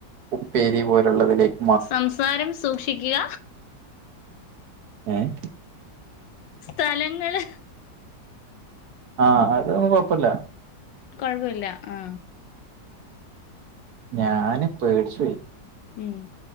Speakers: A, on the right (about 60°); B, on the left (about 85°).
A: ഉപ്പേരി പോലുള്ളത ലൈക്‌
B: സംസാരം സൂക്ഷിക്കുക.
A: ഏഹ്
B: സ്ഥലങ്ങള്
A: ആഹ് അതൊന്നും കുഴപ്പമില്ല
B: കുഴപ്പില്ല ആ
A: ഞാൻ പേടിച്ചു പോയി
B: ഉം